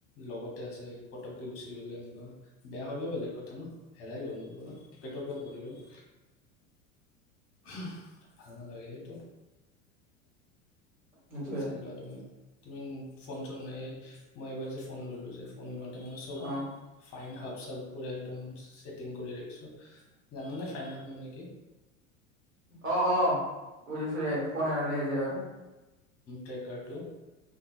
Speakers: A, on the left; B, on the right.
A: লগতে আছে পটককৈ গুচি গ'লে এনেকুৱা বেয়া হ'লেও বেলেগ কথা ন হেৰাই গ'ল মোৰ পৰা পকেটৰ পৰা পৰি গ'ল ভাল নালাগে সেইটো
B: সেইটোৱে
A: চাই লোৱা তুমি তুমি ফোন চোন নাইয়ে মই এইবাৰ যে ফোন ল'লো যে ফোন ল এ মই চব
B: অ',
A: ফাইন হাব চব পুৰা একদম চেটিং কৰি ৰাখিছোঁ জানানে ফাইন হাত মানে কি?
B: অ অ বুজিছো দে ফোন হেৰালে যে
A: ট্ৰেকাৰটো